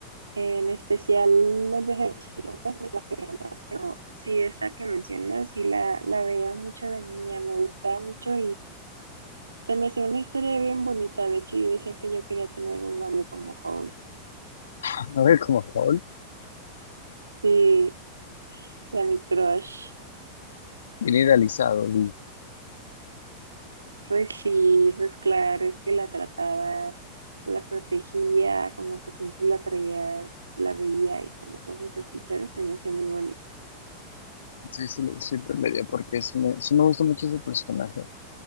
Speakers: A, on the right; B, on the left.
A: En especial El viaje de Chihiro, pues me la veía más, pero sí, esa que mencionas, sí la, la veía mucho de niña, me gustaba mucho Se me hacía una historia bien bonita. De hecho, yo decía que yo quería tener un novio como Holt
B: <laughs> No ve como Paul,
A: Sí, era mi crush.
B: bien idealizado. Y,
A: Pues sí, pues claro, es que la trataba, la protegía, como que siempre la traía, la veía y como cosas así, ¿sabes? Se me hacía muy bonita.
B: sí, sí, me- sí te medio porque sí me, sí me gustó mucho ese personaje.